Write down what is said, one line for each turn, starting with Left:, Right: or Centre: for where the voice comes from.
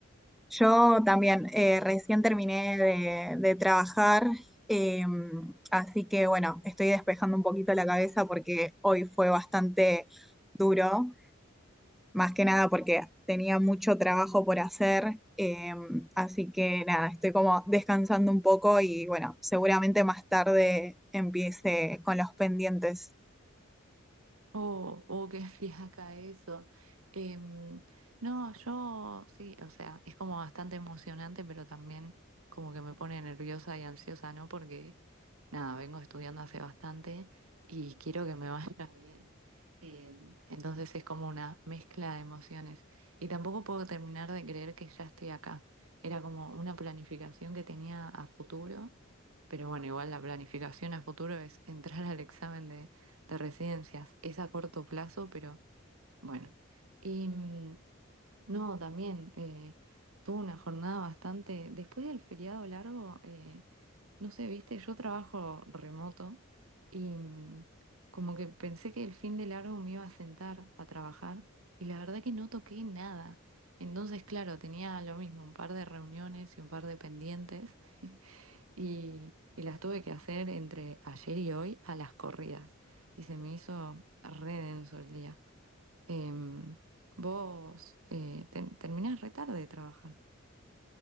Centre: Yo también eh, recién terminé de, de trabajar, eh, así que bueno, estoy despejando un poquito la cabeza porque hoy fue bastante duro. más que nada porque tenía mucho trabajo por hacer, eh, así que nada, estoy como descansando un poco y bueno, seguramente más tarde empiece con los pendientes.
Right: Oh, oh, qué fiaca eso. Em, no, yo sí, o sea, es como bastante emocionante, pero también como que me pone nerviosa y ansiosa, ¿no? Porque nada, vengo estudiando hace bastante y quiero que me vaya <laughs> bien. Em, entonces es como una mezcla de emociones. Y tampoco puedo terminar de creer que ya estoy acá. Era como una planificación que tenía a futuro, pero bueno, igual la planificación a futuro es entrar al examen de residencias. Es a corto plazo, pero bueno. Y mm, no, también eh, tuve una jornada bastante. Después del feriado largo, eh, no sé, viste, yo trabajo remoto y mm, como que pensé que el fin de largo me iba a sentar a trabajar y la verdad que no toqué nada. Entonces, claro, tenía lo mismo, un par de reuniones y un par de pendientes y, y las tuve que hacer entre ayer y hoy a las corridas. Y se me hizo re denso el día. Em, vos eh, ten- terminás re tarde de trabajar.